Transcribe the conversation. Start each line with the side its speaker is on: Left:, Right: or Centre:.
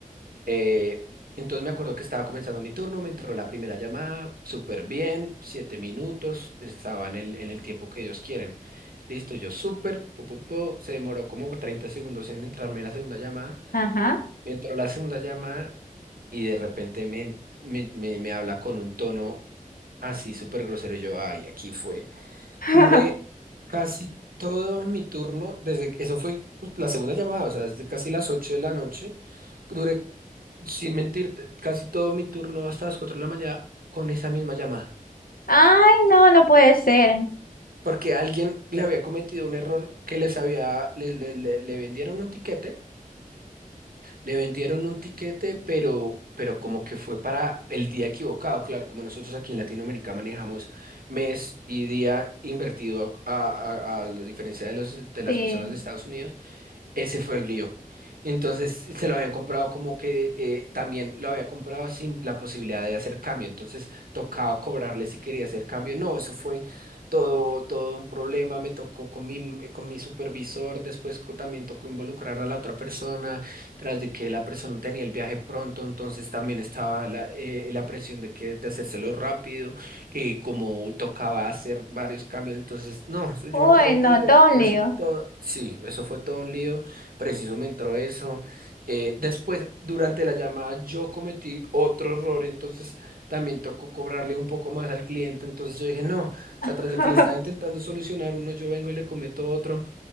Right: Eh, entonces, me acuerdo que estaba comenzando mi turno, me entró la primera llamada, súper bien, 7 minutos, estaba en el, en el tiempo que ellos quieren. Listo, yo súper, po, po, po, se demoró como 30 segundos en entrarme la segunda llamada.
Left: Ajá.
Right: Me Entró la segunda llamada y de repente me, me, me- me habla con un tono así súper grosero. Y yo, ay, aquí fue.
Left: <laughs>
Right: Duré casi todo mi turno, desde eso fue jus- la segunda llamada, o sea, desde casi las 8 de la noche. Duré, sin mentir, casi todo mi turno hasta las 4 de la mañana con esa misma llamada.
Left: Ay, no, no puede ser.
Right: Porque alguien le había cometido un error que les había, le, le le- le vendieron un tiquete. Le vendieron un tiquete, pero, pero como que fue para el día equivocado. Claro, como nosotros aquí en Latinoamérica manejamos mes y día invertido a, a- a- a la diferencia de los, de las
Left: Sí.
Right: personas de Estados Unidos, ese fue el lío. Entonces se lo habían comprado como que eh, también lo había comprado sin la posibilidad de hacer cambio. Entonces tocaba cobrarle si quería hacer cambio. No, eso fue todo, todo un problema. Me tocó con mi, con mi supervisor. Después co- también tocó involucrar a la otra persona, tras de que la persona tenía el viaje pronto. Entonces también estaba la, eh, la presión de que de hacérselo rápido. eh, como tocaba hacer varios cambios. Entonces, no, eso- yo
Left: Uy,
Right: me acuerdo
Left: no,
Right: que duré
Left: todo un
Right: casi
Left: lío.
Right: todo. Sí, eso fue todo un lío. Preciso me entró eso. Eh, después, durante la llamada, yo cometí otro error, entonces también tocó cobrarle un poco más al cliente. Entonces yo dije, no, o sea,
Left: <laughs>
Right: tras de que le estaba intentando solucionar uno, yo vengo y le cometo otro.